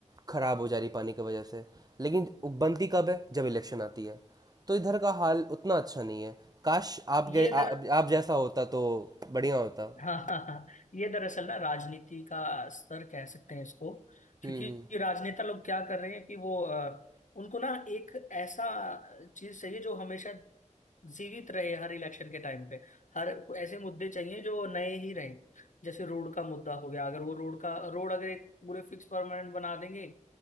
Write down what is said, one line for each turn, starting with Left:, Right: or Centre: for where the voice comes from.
Right: खराब हो जा रही पानी की वजह से लेकिन बनती कब है जब इलेक्शन आती है तो इधर का हाल उतना अच्छा नहीं है काश आप
Left: ये
Right: गए आ,
Left: दर
Right: आप जैसा होता तो बढ़िया होता
Left: हाँ हाँ हाँ ये दरअसल ना राजनीति का स्तर कह सकते हैं इसको क्योंकि
Right: हम्म हम्म,
Left: ये राजनेता लोग क्या कर रहे हैं कि वो अ, उनको ना एक ऐसा चीज चाहिए जो हमेशा जीवित रहे हर इलेक्शन के टाइम पे हर ऐसे मुद्दे चाहिए जो नए ही रहें जैसे रोड का मुद्दा हो गया अगर वो रोड का रोड अगर एक पूरे फिक्स परमानेंट बना देंगे